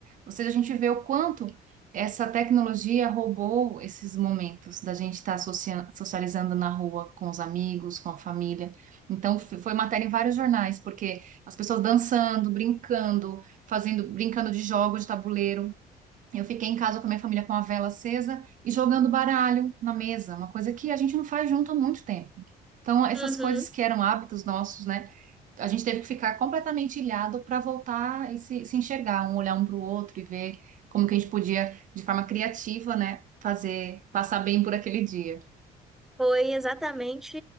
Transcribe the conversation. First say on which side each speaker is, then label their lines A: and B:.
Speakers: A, on the right; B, in the centre.
A: Ou seja, a gente vê o quanto essa tecnologia roubou esses momentos da gente estar socia- socializando na rua com os amigos, com a família. Então, f- foi matéria em vários jornais, porque as pessoas dançando, brincando, fazendo, brincando de jogos de tabuleiro. Eu fiquei em casa com a minha família com a vela acesa e jogando baralho na mesa, uma coisa que a gente não faz junto há muito tempo. Então, essas
B: Uhum.
A: coisas que eram hábitos nossos, né? A gente teve que ficar completamente ilhado para voltar e se, se enxergar, um olhar um para o outro e ver como que a gente podia, de forma criativa, né, fazer, passar bem por aquele dia.
B: Foi exatamente